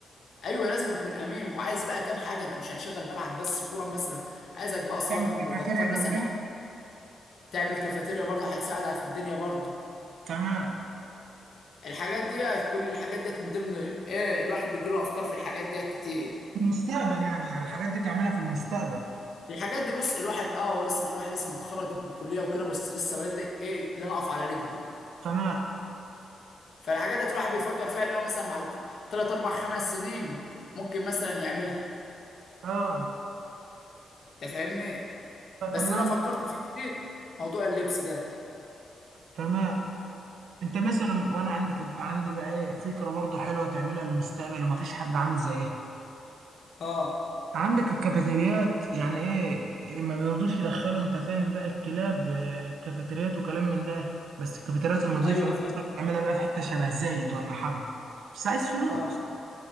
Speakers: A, on the left; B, on the right.
A: ايوه لازم يكون امين وعايز بقى كام حاجه انت مش هتشغل ملعب بس كوره مثلا عايزك بقى صاله
B: يعني الكافيتيريا
A: تكون مغطاه
B: جنبها
A: مثلا تعمل كافيتيريا برضه هتساعد على في الدنيا برضه
B: تمام
A: الحاجات ديت كل الحاجات ديت من ضمن ايه الواحد بيجيله افكار في الحاجات ديت كتير
B: في المستقبل يعني يعني الحاجات دي تعملها في المستقبل
A: الحاجات دي بص الواحد اه هو لسه الواحد لسه متخرج من الكليه وكده بس لسه بادئ ايه اللي انا اقف على رجلي
B: تمام
A: فالحاجات ديت الواحد بيفكر فيها اللي هو مثلا بعد تلات أربع خمس سنين ممكن مثلا يعملها
B: اه
A: أنت فاهمني
B: آه،
A: بس
B: تمام
A: اللي أنا فكرت فيه كتير موضوع اللبس ده
B: تمام انت مثلا وانا عندي كم... عندي بقى ايه فكره برضه حلوه تعملها للمستقبل ومفيش حد عامل زيها
A: أه
B: عندك الكافيتريات يعني ايه إيه ما بيرضوش يدخلوا انت فاهم بقى الكلاب آه، الكافيتريات وكلام من ده بس الكافيتريات النظيفه
A: أيوه
B: بقى
A: فاهم
B: تعملها بقى في حته شبه زايد ولا حاجه بس عايز فلوس
A: أه